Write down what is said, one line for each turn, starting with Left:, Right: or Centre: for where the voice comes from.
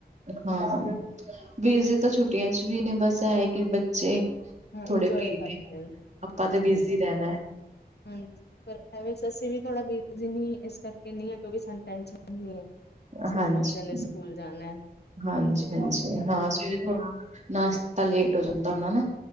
Right: ਹਾਂ, ਬਿਜੀ ਤਾਂ ਛੁੱਟੀਆਂ 'ਚ ਵੀ ਨੇ ਬਸ ਐ ਕਿ ਬੱਚੇ
Left: ਹਾਂ
Right: ਥੋੜੇ
Left: ਇੰਜੋਏ
Right: ਫ੍ਰੀ
Left: ਕਰਦੇ
Right: ਨੇ
Left: ਹਾਂਜੀ
Right: ਆਪਾਂ ਤੇ
Left: ਹਾਂਜੀ
Right: ਬੀਜ਼ੀ ਰਹਿਣਾ ਏ।
Left: ਹਾਂਜੀ, ਪਰ ਅ ਸਸੀਂ ਵੀ ਥੋੜਾ ਬਿਜੀ ਹੁਨੇ ਇਸ ਕਰਕੇ ਨਹੀਂ ਆ ਕਿਉਂਕਿ ਸਾਨੂੰ ਟੈਸ਼ਨ
Right: ਹੈ।
Left: ਸਵੇਰੇ
Right: ਹਾਂਜੀ।
Left: ਬੱਚਿਆਂ ਨੇ ਸਕੂਲ ਜਾਨਾ ਐ।
Right: ਹਾਂਜੀ-ਹਾਂਜੀ ਹਾਂ ਸਵੇਰੇ ਥੋੜਾ,
Left: ਹੈ
Right: ਨਾਸ਼ਤਾ ਲੇਟ ਹੋ ਜਾਂਦਾ ਹੁਨਾ ਨਾ।